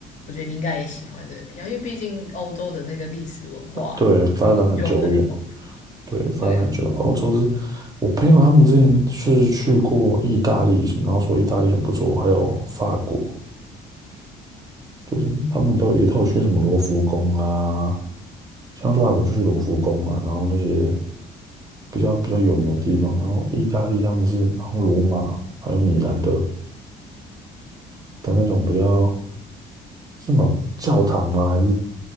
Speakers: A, on the left (about 45°); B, on the right (about 20°).
A: 我觉得你应该也喜欢这个地方，因为毕竟欧洲的那个历史文化
B: 对发展很久远，
A: 就很丰富。
B: 对发展很久远。
A: 对啊，
B: 欧洲是我朋友他们之前是去过意大利，然后说意大利很不错，还有法国。就是他们都有一套去什么罗浮宫啊，像外国就是罗浮宫嘛，然后那些比较比较有名的地方，然后意大利他们是好像罗马还有米兰的的那种比较是什么教堂吗？还是